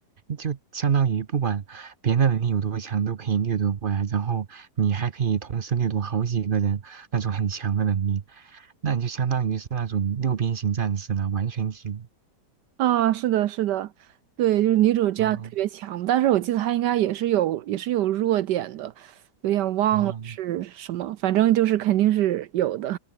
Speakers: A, on the right (about 50°); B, on the right (about 75°).
A: 就相当于不管别人的能力有多强，都可以掠夺过来，然后你还可以同时掠夺好几个人那种很强的能力，那你就相当于是那种六边形战士了，完全体。
B: <laughs> 啊，是的，是的，对，就是女主这样特别强，
A: 哦
B: 但是我记得她应该也是有也是有弱点的，有点忘了是什么，
A: 哦，
B: 反正就是肯定是有的。